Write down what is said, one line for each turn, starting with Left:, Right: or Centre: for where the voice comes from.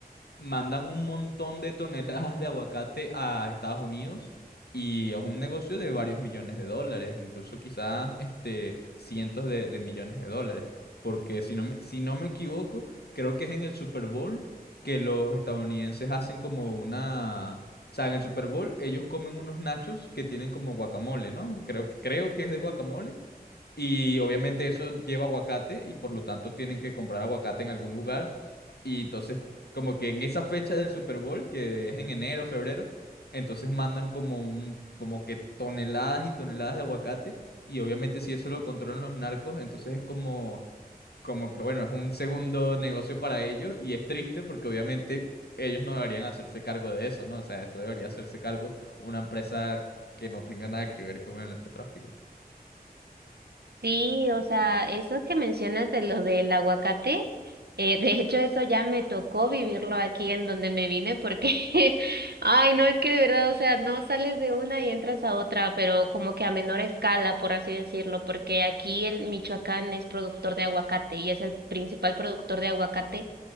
Left: mandan un montón de toneladas de aguacate a Estados Unidos y es un negocio de varios millones de dólares, incluso quizás este, cientos de, de millones de dólares, porque si no me, si no me equivoco, creo que es en el Super Bowl que los estadounidenses hacen como una... O sea, en el Super Bowl ellos comen unos nachos que tienen como guacamole, ¿no? Creo que, creo que es de guacamole y obviamente eso lleva aguacate y por lo tanto tienen que comprar aguacate en algún lugar. Y entonces, como que en esa fecha del Super Bowl, que es en enero, febrero, entonces mandan como un, como que toneladas y toneladas de aguacate. Y obviamente si eso lo controlan los narcos, entonces es como, como que bueno, es un segundo negocio para ellos. Y es triste porque obviamente ellos no deberían hacerse cargo de eso, ¿no? O sea, eso debería hacerse cargo una empresa que no tenga nada que ver con el narcotráfico.
Right: Sí, o sea, eso que mencionas de lo del aguacate, eh, de hecho eso ya me tocó vivirlo aquí en donde me vine porque, <laughs> ay, no, es que de verdad, o sea, no sales de una y entras a otra, pero como que a menor escala, por así decirlo, porque aquí el Michoacán es productor de aguacate y es el principal productor de aguacate